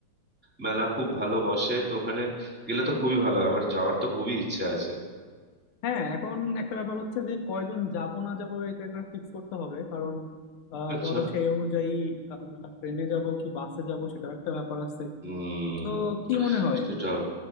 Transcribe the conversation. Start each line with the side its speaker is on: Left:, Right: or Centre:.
Centre: মেলা খুব ভালো বসে তো ওখানে গেলে তো খুবই ভালো হয় আমার যাওয়ার তো খুবই ইচ্ছে আছে
Left: হ্যাঁ এখন একটা ব্যাপার হচ্ছে যে কয়জন যাব না যাব এটা একটা ফিক্স করতে হবে কারণ আহ,
Centre: আচ্ছা
Left: ধরো সেই অনুযায়ী আমরা ট্রেনে যাব কি বাসে যাব সেটাও একটা ব্যাপার আছে
Centre: উম
Left: তো কি মনে হয়
Centre: সেটাও